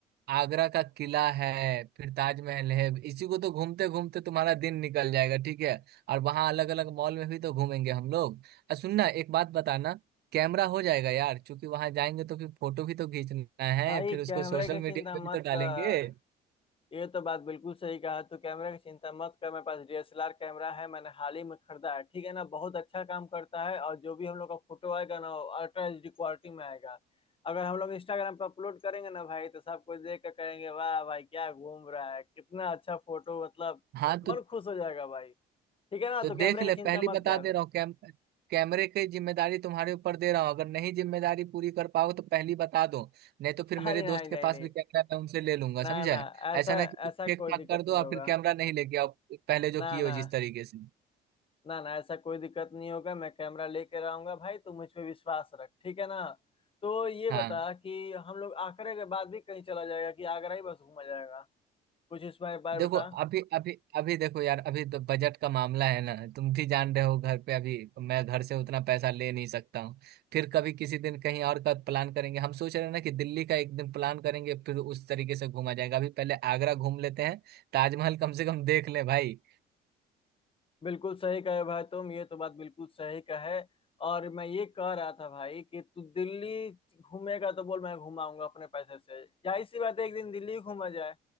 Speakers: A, on the right (about 70°); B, on the left (about 30°).
A: आगरा का किला है फिर ताजमहल है इसी को तो घूमते घूमते तुम्हारा दिन निकल जाएगा ठीक है और वहां अलग अलग मॉल में भी तो घूमेंगे हम लोग और सुनना एक बात बताना कैमरा हो जाएगा यार क्योंकि वहां जाएंगे तो फिर फोटो भी तो खींचना है
B: भाई
A: फिर उसको
B: कैमरे
A: सोशल
B: की
A: मीडिया
B: चिंता
A: पे
B: मत
A: भी तो डालेंगे
B: कर ये तो बात बिल्कुल सही कहा तू कैमरे की चिंता मत कर मेरे पास डीएसएलआर कैमरा है मैंने हाल ही में खरीदा है ठीक है ना बहुत अच्छा काम करता है और जो भी हम लोग का फोटो आएगा ना अल्ट्रा एच डी क्वालिटी में आएगा अगर हम लोग इंस्टाग्राम पर अपलोड करेंगे ना भाई तो सब कुछ देख कर करेंगे वाह भाई क्या घूम रहा है कितना अच्छा फोटो मतलब
A: हाँ तो
B: मन खुश हो जाएगा भाई ठीक है ना
A: तो
B: तो कैमरे
A: देख ले
B: की
A: पहली
B: चिंता मत
A: बता
B: कर
A: दे रहा हूँ कैम कैमरे की जिम्मेदारी तुम्हारे ऊपर दे रहा हूँ अगर नहीं जिम्मेदारी पूरी कर पाओ तो पहली बता दो नहीं तो फिर मेरे
B: अरे
A: दोस्त
B: नहीं नहीं
A: के पास
B: नहीं
A: भी कैमरा मैं उनसे ले लूंगा
B: ना
A: समझे
B: ना ऐसा
A: ऐसा ना कि
B: ऐसा
A: ठीक
B: कोई
A: ठाक
B: दिक्कत
A: कर दो
B: नहीं
A: और
B: होगा
A: फिर कैमरा नहीं लेके आओ पहले जो
B: ना
A: किए हो
B: ना
A: जिस तरीके से
B: ना ना ऐसा कोई दिक्कत नहीं होगा मैं कैमरा लेकर आऊंगा भाई तू मुझ पे विश्वास रख ठीक है ना तो ये बता
A: हाँ
B: कि हम लोग आगरा के बाद भी कहीं चला जाएगा कि आगरा ही बस घूमा जाएगा कुछ इस बारे बारे
A: देखो
B: बता
A: अभी अभी अभी देखो यार अभी तो बजट का मामला है ना तुम भी जान रहे हो घर पे अभी मैं घर से उतना पैसा ले नहीं सकता हूँ फिर कभी किसी दिन कहीं और का प्लान करेंगे हम सोच रहे हैं ना कि दिल्ली का एक दिन प्लान करेंगे फिर उस तरीके से घूमा जाएगा अभी पहले आगरा घूम लेते हैं ताजमहल कम से कम देख ले भाई
B: बिल्कुल सही कहे भाई तुम ये तो बात बिल्कुल सही कहे और मैं ये कह रहा था भाई कि तू दिल्ली घूमेगा तो बोल मैं घुमाऊंगा अपने पैसे से जाहिर सी बात है एक दिन दिल्ली घूमा जाए